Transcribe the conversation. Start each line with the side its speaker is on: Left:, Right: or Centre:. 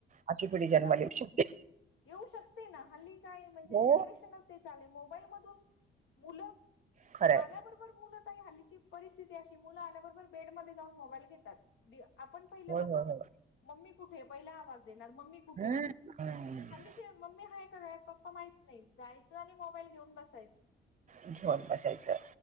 Right: अशी पिढी जन्माला
Left: हो
Right: येऊ शकते.
Left: येऊ शकते ना हल्ली काय म्हणजे
Right: हो
Left: जनरेशन मोबाईल मध मु
Right: खरंय
Left: आल्याबरोबर मु का हली परिस्थती अशी मु आल्याबरोबर बेड म जाऊन मोबाईल घेतात आपण पहिलं
Right: होय
Left: कस
Right: होय होय
Left: मम्मी कुठे पहिला आवाज देणार मम्मी कुठे
Right: हम्म हम्म
Left: हल्लीचे मम्मी हय कत पप्पा माहत नाही जायचं आणि मोबाईल घेऊन बसायचं
Right: घेऊन बसायचं